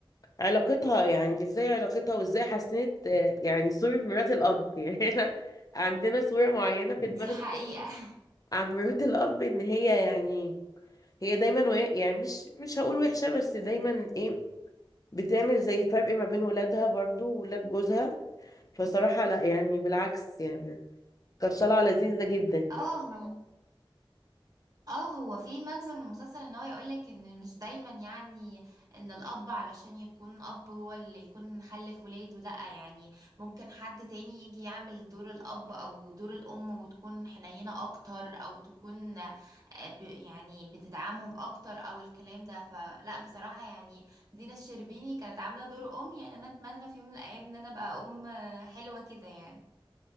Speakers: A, on the left; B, on the right.
A: علاقتها يعني ازاي علاقتها وازاي حسنت آه، يعني صورة مرات الأب <laughs> يعني احنا عندنا صورة معينة في
B: دي
A: دماغنا
B: حقيقة
A: عن مرات الأب إن هي يعني هي دايما وه- يعني مش مش هقول وحشة بس دايما ايه بتعمل زي فرق ما بين ولادها برضو وولاد جوزها فصراحة لا يعني بالعكس يعني كانت طالعة لذيذة جدا
B: <laughs> اه اه هو في مغزى من المسلسل ان هو يقولك ان مش دايما يعني ان الاب علشان يكون اب هو اللي يكون خلف ولاده لأ يعني ممكن حد تاني يجي يعمل دور الاب او دور الام وتكون حنينة اكتر او تكون آه، ب يعني بتدعمهم اكتر او الكلام ده فلا بصراحة يعني دينا الشربيني كانت عاملة دور ام يعني انا اتمنى في يوم من الايام ان انا ابقى ام آه، حلوة كده يعني